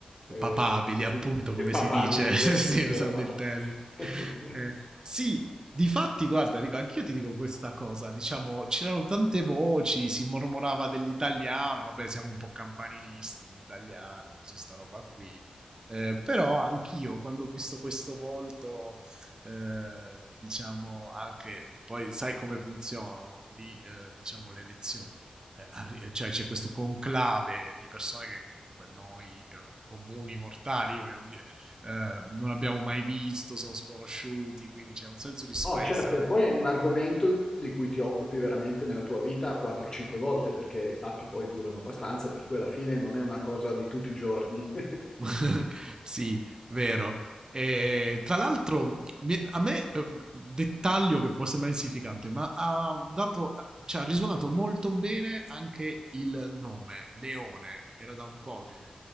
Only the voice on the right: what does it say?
papabili, appunto,
come
si
dice,
<laughs> sì,
usando
il termine.
Eh, sì, Difatti, guarda, dico, anch'io ti dico questa cosa, diciamo, c'erano tante voci, si mormorava dell'italiano, vabbè, siamo un po' campanilisti noi italiani su sta roba qui, eh, però anch'io quando ho visto questo volto, eh, diciamo, anche, poi sai come funzionano lì, eh, diciamo, le elezioni eh, arri- eh, cioè c'è questo conclave di persone che comunque noi eh, comuni mortali, vogliamo dire, eh, non abbiamo mai visto, sono sconosciuti, quindi c'è un senso di spaesamento.
<laughs> sì, vero. E, tra l'altro, mi- a me, eh, dettaglio che può sembrare insignificante, ma ha dato, cioè, ha risuonato molto bene anche il nome, Leone. Era da un po' che,